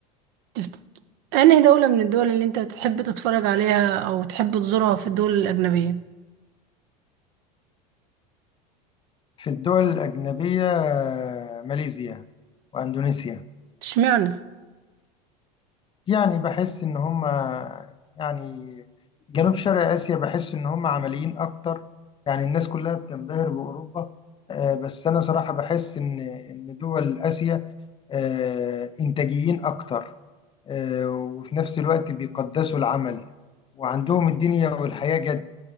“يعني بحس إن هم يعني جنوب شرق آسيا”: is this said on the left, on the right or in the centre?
Left